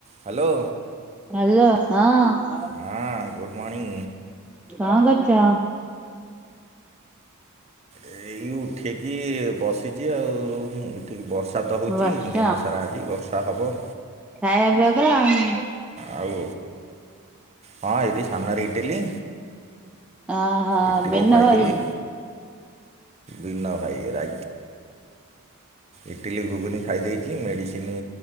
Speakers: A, on the right (about 30°); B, in the centre.
A: Hello.
B: Hello ହଁ,
A: ହଁ good morning
B: କଣ କରୁଚ?
A: ଏଇ ଉଠିକି ବସିଚି ଆଉ। ଠିକ୍ ବର୍ଷା ତ ହେଉଚି,
B: ବସିଛ
A: ଦିନସାରା ଆଜି ବର୍ଷା ହବ।
B: ଖାଇବା ପିଇବା କଲଣି?
A: ଆଉ ହଁ ଏଇଟି ସାମ୍ନାରେ ଇଟିଲି
B: ଓହୋ
A: ଇଟିଲି
B: ବିନୁ
A: ଖାଇଦେଲି,
B: ଭାଇ
A: ବୀନ ଭାଇ ରା ଇଟିଲି ଘୁଗୁନି ଖାଇ ଦେଇଚି, ମେଡ଼ିସିନି